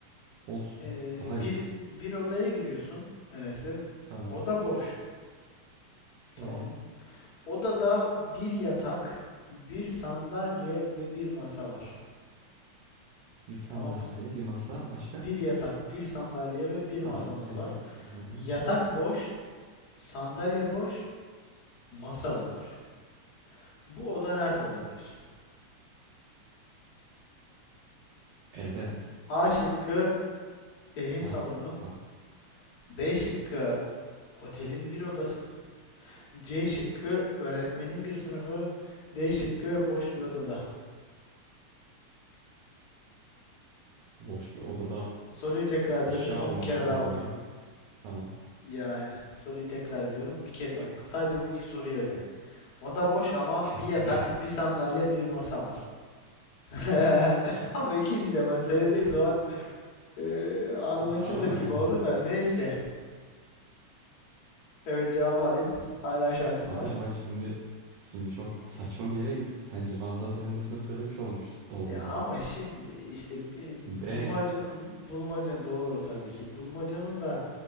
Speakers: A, on the right; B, on the left.
A: Olsun
B: Eee,
A: daha
B: bir,
A: iyi.
B: bir odaya giriyorsun Enes'im.
A: Tamam.
B: Oda boş. Tamam
A: Ee,
B: mı? Odada bir yatak, bir sandalye ve bir masa var.
A: bir sandalye
B: Tamam mı?
A: bir masa başka?
B: Bir yatak, bir sandalye ve bir masamız
A: Tamam yatak
B: var.
A: sandalye
B: Yatak
A: masa.
B: boş, sandalye boş, masa da boş. Bu oda nerede olabilir?
A: Evde.
B: A şıkkı evin
A: Ha
B: salonu,
A: abi,
B: B şıkkı otelin bir odası, C şıkkı öğretmenin bir sınıfı, D şıkkı boş bir odada.
A: boş bir odada
B: Soruyu tekrar ediyorum.
A: Eşya
B: Son
A: olmaz
B: bir kere
A: doğal
B: daha okuyacağım.
A: olarak. Tamam.
B: Yani soruyu tekrar ediyorum. Bir kere bak sadece bu ilk soruya özel. Oda boş ama bir
A: <laughs>
B: yatak, bir sandalye, bir masa var. <laughs> Ama ikinci defa söylediğim zaman Ee, anlaşılır
A: Ama
B: gibi
A: yani
B: oldu da neyse. Evet cevabı alayım. Hala şansım
A: abi
B: var.
A: ama şimdi şimdi çok saçma bir yere gitti. Sen cevabı zaten en başında söylemiş olmuş oldun
B: Ya
A: o zaman.
B: ama şimdi işte bir bulmaca
A: De
B: bulmaca doğru tabii ki. Bulmacanın da